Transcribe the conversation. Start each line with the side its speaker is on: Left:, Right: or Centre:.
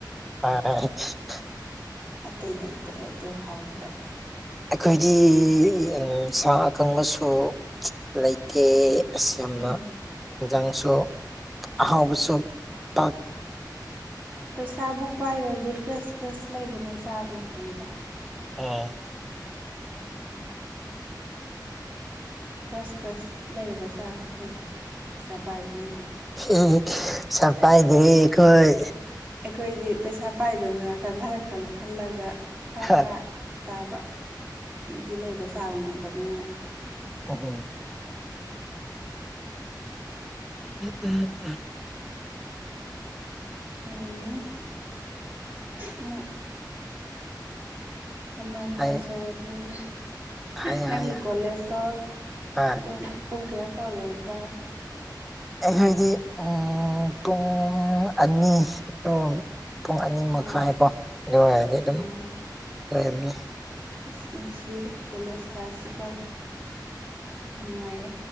Centre: <inaudible>
Right: ꯑꯇꯩ ꯂꯩꯇ꯭ꯔꯦ ꯑꯗꯨ ꯍꯥꯎꯕꯗ
Centre: ꯑꯩꯈꯣꯏꯗꯤ ꯏꯪ ꯁꯥ ꯑꯀꯪꯕꯁꯨ ꯂꯩꯇꯦ ꯏꯁ ꯌꯥꯝꯅ
Right: ꯎꯝ
Centre: ꯌꯦꯟꯖꯥꯡꯁꯨ ꯑꯍꯥꯎꯕꯁꯨ ꯄꯥꯛ
Right: ꯄꯩꯁꯥꯕꯨ ꯄꯥꯏꯔꯗꯤ ꯐ꯭ꯔꯦꯁ ꯐ꯭ꯔꯦꯁ ꯂꯩꯕꯅ ꯆꯥꯕꯅ ꯐꯩꯗ
Centre: ꯎꯝ
Right: ꯎꯝ ꯐ꯭ꯔꯁ ꯐ꯭ꯔꯁ ꯂꯩꯔꯒ ꯆꯥꯎ ꯅꯣꯏꯗꯤ ꯄꯩꯁꯥ ꯄꯥꯏꯕ ꯃꯤꯗꯤ
Centre: ꯄꯩꯁꯥ ꯄꯥꯏꯗꯦ ꯈꯣꯏ
Right: ꯑꯩꯈꯣꯏꯗꯤ ꯄꯩꯁꯥ ꯄꯥꯏꯗꯕꯅ ꯀꯪꯍꯜꯂ ꯈꯪꯍꯜꯂꯒ ꯈ꯭ꯔ
Centre: ꯍꯥ
Right: ꯈ꯭ꯔ ꯆꯥꯕ ꯅꯨꯡꯇꯤ ꯂꯩꯕ ꯆꯥꯕ ꯉꯝꯗꯕꯅꯤꯅ
Centre: ꯎꯍꯨꯝ ꯎ ꯎꯝ <inaudible>
Right: ꯎꯝ <inaudible> ꯀꯃꯥꯏꯅ
Centre: ꯍꯥꯏꯌꯣ
Right: ꯍꯥꯏꯁꯤꯔ ꯈꯪꯗꯦ
Centre: ꯍꯥꯏꯌꯣ
Right: ꯅꯪꯒꯤ
Centre: ꯍꯥꯏꯌꯣ
Right: ꯀꯣꯂꯦꯖꯇꯣ
Centre: ꯍꯣꯏ
Right: ꯑꯗꯨꯝ ꯄꯨꯡ ꯀꯌꯥ ꯐꯥꯎ ꯂꯣꯏꯕ꯭ꯔꯥ
Centre: ꯑꯩꯈꯣꯏꯗꯤ ꯎꯝ ꯄꯨꯡ ꯑꯅꯤ ꯗꯣ ꯄꯨꯡ ꯑꯅꯤ ꯃꯈꯥꯏꯀꯣ
Right: ꯑ
Centre: ꯑꯗꯨ ꯑꯣꯏꯔꯗꯤ ꯑꯗꯨꯝ
Right: ꯎꯝ
Centre: ꯂꯣꯏꯔꯝꯅꯤ
Right: ꯑꯁ ꯅꯨꯡꯁꯤꯗ ꯀꯣꯂꯦꯖ ꯂꯥꯏꯐꯁꯦꯀꯣ ꯅꯨꯡꯉꯥꯏꯌꯦ